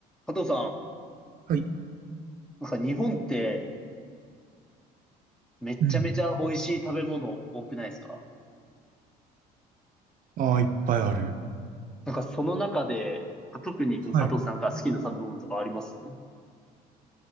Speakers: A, in the centre; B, on the right.
A: 加藤さん、
B: はい。
A: なんか日本ってめっちゃめちゃ美味しい食べ物多くないですか
B: うん。ああ、いっぱいある。
A: なんかその中で、特にこう加藤さんが好きな食べ物とかあります
B: はい。